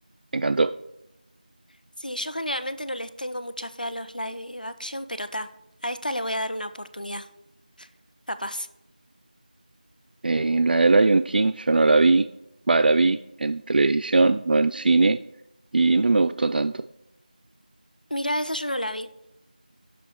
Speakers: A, on the right; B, on the left.
A: encantó.
B: Sí, yo generalmente no les tengo mucha fe a los live action, pero ta, a esta le voy a dar una oportunidad, capaz.
A: Eh, la de Lion King yo no la vi, va, la vi en televisión, no en cine, y no me gustó tanto.
B: Mira, esa yo no la vi.